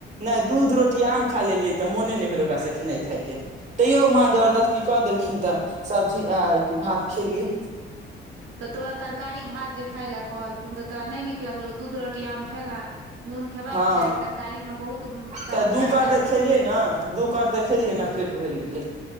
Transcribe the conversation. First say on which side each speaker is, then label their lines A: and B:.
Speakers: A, on the right; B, on the right.
A: नइ दूध रोटी आम खा लेलियै तऽ मोने नहि भेल ओकासँ खेनाइ खाय के तैयो
B: अरे
A: माँ जबरदस्ती
B: बाह
A: कऽ देलखिन तऽ सब्जी आ भात खेलियै
B: तऽ तोरा तरकारी भात जे खाय लए कहल खून तऽ तोरा नहि नीक लगलौ दूध रोटी आम खेलहुँ नून खेबाक
A: हँ
B: चाही तरकारी में बहुत तरहक
A: तऽ दू
B: फायदा
A: कर तऽ
B: होइ
A: खेलियै
B: छै
A: ने दू कर तऽ खेलियै ने पेट भरि गेलै